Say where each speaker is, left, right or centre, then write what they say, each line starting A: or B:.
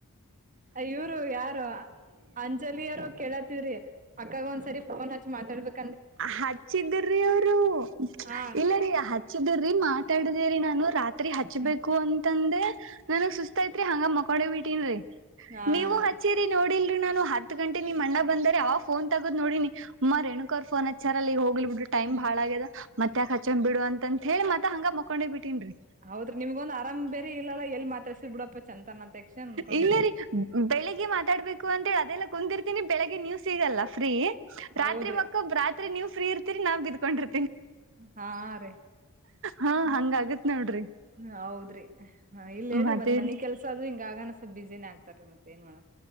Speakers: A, on the right; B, on the right.
A: ಇವ್ರು ಯಾರು ಅಂಜಲಿಯರು ಕೇಳತ್ ವ್ರೀ ಅಕ್ಕಗ ಒಂದ್ ಸರಿಫೋನ್ ಹಚ್ಚಿ ಮಾತಾಡ್ಬೇಕು
B: ಹಚ್ಚಿದ್ರ್ರಿ ಅವರು
A: ಹಾ
B: ಇಲ್ಲರೀ
A: ರೀ
B: ಹಚ್ಚಿದ್ರ್ರಿ ಮಾತಾಡುದೇರರಿ ನಾನು ರಾತ್ರಿ ಹಚ್ಬೇಕು
A: ಹ್ಮ್
B: ಅಂತಂದೆ ನನಗ್ ಸುಸ್ತಾ ತ್ರಿ ಹಂಗ ಮಕೋಡೆ ಬಿಟ್ಟನ್ರಿ
A: ಹಾ
B: ನೀವು ಹಚ್ಚೇರಿ
A: ರೀ
B: ನೋಡಿಲ್ರಿ ನಾನು ಹತ್ ಗಂಟೆ ನಿಮ್ ಅಣ್ಣ ಬಂದರೆ ಅವ ಫೋನ್ ತಗದ್ ನೋಡಿನಿ ಮಮ್ಮ ರೇಣುಕರ್ ಫೋನ್ ಹಚ್ಚಾರಲ್ಲಲ್ಲಿ ಹೋಗ್ಲಿ ಬಿಟ್ಟ ಟಮ್
A: ಹ್ಮ್
B: ಭಾಳ ಆ್ಯದ ಮತ್ತ್ಯಾಕ್ ಹಚಂದ್ ಬಿಡು ಅಂತ ಹೇಳಿತ್ತತ್ ಹಂಗ ಮಕೊಂಡಿ ಬಿಟ್ಟೇನ್ರಿ
A: ಹೌದ್ರ ನಿಮ್ಗೊಂದು ಆರಾಮ್ ಬೇರೆ ಇಲ್ಲ ಎಲ್ ಮಾತ್ರಸ ಬಿಡಪ್ಪ ಚಂತನ ತಕ್ಷಣ ಅನ್ಕೊಂಡ್
B: ಇಲ್ಲ
A: ಬಿಟ್ಟೆ
B: ರೀ ಬೆಳಿಗ್ಗೆ ಮಾತಾಡ್ಬೇಕು ಅಂತ ಹೇಳಿದ ಅದೆಲ್ಲ ಕುಂದಿರ್ತೀನಿ ಬೆಳಗ್ ನೀವು ಸಿಗಲ್ಲ ಫ್ರೀ
A: ಹೌದ್ರಿ
B: ರಾತ್ರಿ ಮಕ್ಕ ರಾತ್ರಿ ನೀವು ಫ್ರೀ ಇರ್ ಸರಿ ನಾವ್ ಇದಕೊಂಡಿರ
A: ಹಾ ರೇ
B: ಹಾ
A: ಹ್ಮ
B: ಹಂಗ ಆಗತ್ ನೋಡ್ರಿ
A: ಹ ಹೌದ್ರಿ ಹ ಇಲ್ಲ ಹೇಳಿ
B: ಮತ್ತೇರಿ
A: ಮತ್ತ ಮನ ಕೆಲ್ಸ ಅದು ಹಂಗನ ಸ್ಲ್ ಬಿಸಿನೇ ಆಗ್ತಾರೆ ಮತ್ತ ಏನ್ ಮಾಡ